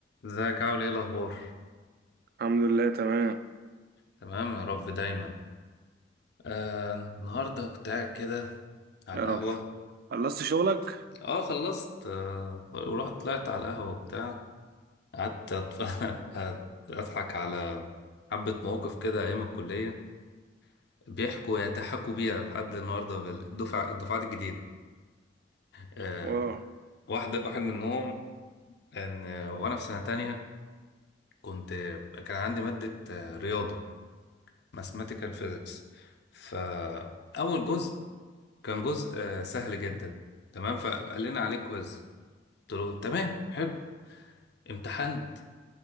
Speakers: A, on the left (about 60°); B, on the right (about 55°).
A: ازيك عامل ايه الاخبار
B: الحمد لله تمام
A: تمام يا رب دايما آه النهارده كنت قاعد كده على
B: يا رب
A: القهوه
B: خلصت شغلك
A: اه خلصت آه ورحت طلعت على القهوه وبتاع قعدت أت- <laughs> اضحك على حبه مواقف كده ايام الكليه بيحكوا يتحكوا بيها لحد النهارده بالدفع الدفعات الجديده آه
B: واو
A: واحد واحد منهم ان وانا في سنه تانية كنت كان عندي ماده آه، رياضه ماثيماتيكال فيزيكس ف اول جزء كان جزء آه، سهل جدا تمام فقال لنا عليه كويز قلت له تمام حلو امتحنت